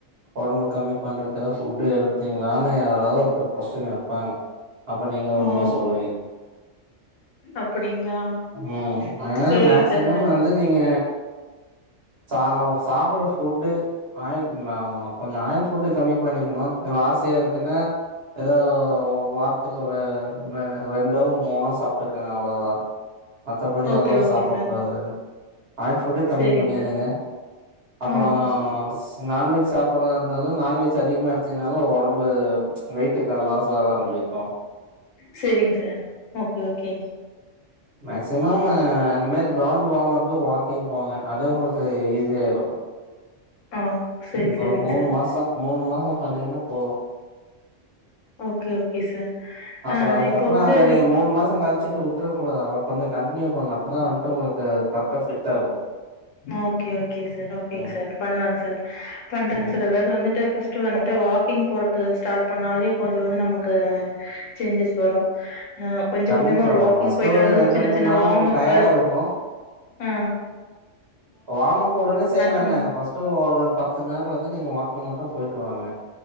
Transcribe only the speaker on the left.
ஓ
அப்டிங்களா
சேரிங்க
சார்
ஓகே
ஓகே
சார்
சேரிங்க
சார்
ஆ
சேரிங் சார் ஓக்கே ஓக்கே
ஆ சேரி
சேரிங்க
சார்
ஓக்கே ஓக்கே சார்
ஆ
இப்போ வந்து
ஓக்கே ஓக்கே சார் ஓக்கேங்
சார் பண்ணலாங் சார் பண்றேங்
சார் அதாவது வந்துட்டு ஃபஸ் ட்டு வந்துட்டு வாக்கிங் போறக்கு ஸ்டார்ட் பண்ணாலே கொஞ்ச வந்து நமக்கு சேஞ்சஸ் வரு ஆ கொஞ்ச
கொஞ்சமா ஒரு வாக்கிங்
போயிட்டு வந்து
ஒரு சின்ன
சின்ன
வாம்
அப்பு
அ
பண்ண